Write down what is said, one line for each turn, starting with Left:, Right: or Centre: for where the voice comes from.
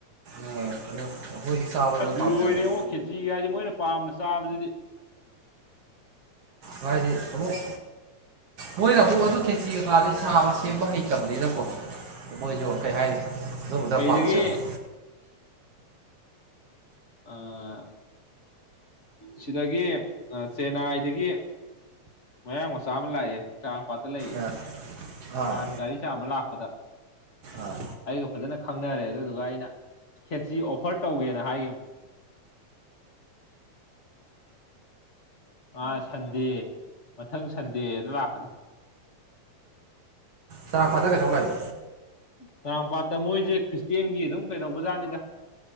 Right: ꯑꯗꯣ ꯑꯩꯈꯣꯏꯗꯤ ꯆꯥꯕ
Left: ꯑꯁ
Right: ꯂꯣꯏ ꯄꯥꯝꯖꯩꯌꯦ
Left: ꯂꯣꯏꯔꯦ ꯌꯦꯡꯉꯣ ꯈꯦꯆꯤꯒꯥꯏꯁꯤ ꯃꯣꯏꯅ ꯄꯥꯝꯅ ꯆꯥꯕꯁꯤꯗꯤ
Right: ꯍꯥꯏꯗꯤ ꯇꯥꯃꫭ ꯃꯣꯏ <unintelligible> ꯀꯦꯆꯤ ꯀꯩꯀꯥꯗꯤ ꯁꯥꯕ ꯁꯦꯝꯕ ꯍꯩꯇꯕꯅꯤꯅꯀꯣ ꯃꯣꯏꯁꯨ ꯀꯩ ꯍꯥꯏꯅꯤ ꯑꯗꯨꯕꯗꫭ
Left: ꯀꯩꯗꯒꯤ
Right: ꯄꯥꯝꯖꯕꯅꯤ‌꯫
Left: ꯑꯥ ꯁꯤꯗꯒꯤ ꯆꯦꯟꯅꯥꯏꯗꯒꯤ ꯃꯌꯥꯡ ꯃꯆꯥ ꯑꯃ ꯂꯥꯛꯑꯦ ꯆꯥꯔꯥꯡ ꯄꯥꯠꯇ ꯂꯩꯌꯦ
Right: ꯑꯥ ꯑꯥ
Left: ꯅꯍꯥꯟ ꯒꯥꯔꯤ ꯆꯥꯝꯕ ꯂꯥꯛꯄꯗ
Right: ꯑꯥ
Left: ꯑꯩꯒ ꯐꯖꯅ ꯈꯪꯅꯔꯦ ꯑꯗꯨꯗꯨꯒ ꯑꯩꯅ ꯈꯦꯆꯔꯤ ꯑꯣꯐꯔ ꯇꯧꯒꯦꯅ ꯍꯥꯏꯈꯤꯕꯅꯦ ꯑ ꯁꯟꯗꯦ ꯃꯊꯪ ꯁꯟꯗꯦꯗ ꯂꯥꯛꯀꯅꯤ
Right: ꯆꯥꯔꯥꯡ ꯄꯥꯠꯇ ꯀꯩꯗꯧ ꯂꯥꯛꯏ
Left: ꯆꯥꯔꯥꯡꯄꯥꯠꯇ ꯃꯣꯏꯁꯦ ꯈ꯭ꯔꯤꯁꯇꯦꯟꯒꯤ ꯑꯗꯨꯝ ꯀꯩꯗꯧꯕꯖꯥꯠꯅꯤꯗ